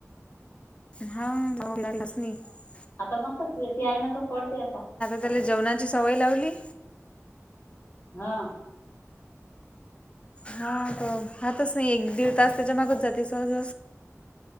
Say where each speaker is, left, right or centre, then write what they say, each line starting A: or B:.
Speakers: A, on the left; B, on the left.
A: <inaudible>
B: आता मस्त शेती आहे ना तो पडते असा.
A: त्याल जेवणाची सवय लावली.
B: हा.
A: हा तर हातच नाही एक दीड तास त्याच्या मागच जाते सहज.